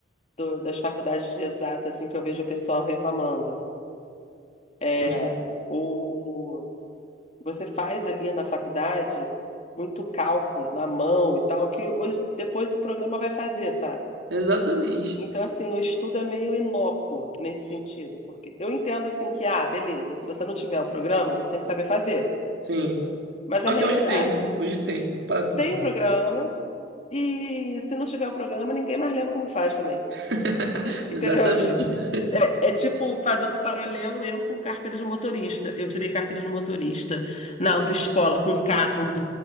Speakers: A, on the left; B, on the right.
A: do- das faculdades de exatas, assim, que eu vejo o pessoal reclamando. É,
B: Sim,
A: o, você faz ali na faculdade muito cálculo na mão e tal, que hoje, depois o programa vai fazer, sabe?
B: exatamente.
A: Então, assim, o estudo é meio inócuo nesse sentido, porque eu entendo, assim, que, ah, beleza, se você não tiver o programa, você tem que saber fazer.
B: Sim.
A: Mas
B: Só
A: a realidade,
B: que hoje tem, né? Hoje tem para tudo.
A: tem o programa, e se não tiver o programa, ninguém mais lembra como faz também.
B: <laughs> Exatamente.
A: Entendeu? <laughs> Tipo, assim, É, é tipo, fazendo um paralelo, eu com carteira de motorista. Eu tirei carteira de motorista na autoescola com carro